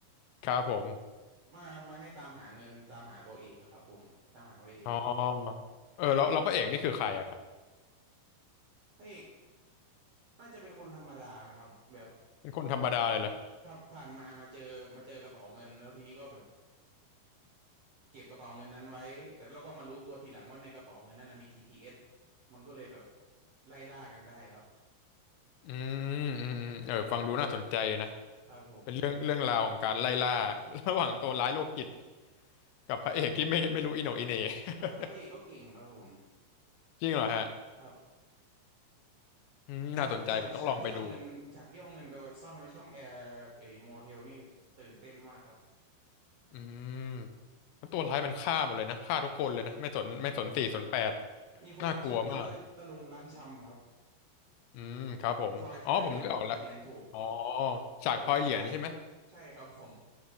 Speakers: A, on the left; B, on the right.
A: ครับผม
B: มามาให้ตามหาเงินตามหาตัวเอกอะครับผมตามหาพระเอก
A: อ๋อเออแล้วแล้วพระเอกนี่คือใครอะครับ
B: พระเอกน่าจะเป็นคนธรรมดานะครับแบบ
A: เป็นคนธรรมดาเลยเหรอ
B: ครับผ่านมามาเจอมาเจอกระเป๋าเงินแล้วทีนี้ก็แบบ เก็บกระเป๋าเงินนั้นไว้ แต่เราก็มารู้ตัวทีหลังว่าในกระเป๋าเงินนั้นนะมี GPS มันก็เลยแบบไล่ล่ากันได้ครับ
A: อืมอืมอืมเออฟังดูน่าสนใจนะ
B: ครับผม
A: เป็นเรื่องเรื่องราวของการไล่ล่า <laughs> ระหว่างตัวร้ายโรคจิตกับพระเอกที่ไม่ไม่รู้อิโหนอิเหน่
B: แต่ครับแต่พระเอกก็เก่งครับผม
A: <laughs> จริงเหรอฮะ
B: ครับ
A: อืมน่าสนใจผมต้องลองไปดู
B: ฉากฉากฉากที่เอาเงินฉากที่เอาเงินไปไว้ซ่อนไว้ช่องแอร์ไอโมเทลนี่ตื่นเต้นมากครับ
A: อืมแล้วตัวร้ายมันฆ่าหมดเลยนะฆ่าทุกคนเลยนะไม่สนไม่สนสี่สนแปด
B: ใช่ครับ มีคนหนึ่งโชคดีก็ตะลุงร้านชำครับ
A: น่ากลัวมากอืมครับผมอ๋อผมนึกออกแล้ว
B: ทอยทอยเหรียญทอยเหรียญถูก
A: อ๋อฉากทอยเหรียญใช่ไหม
B: เลยไม่ตายใช่ครับผม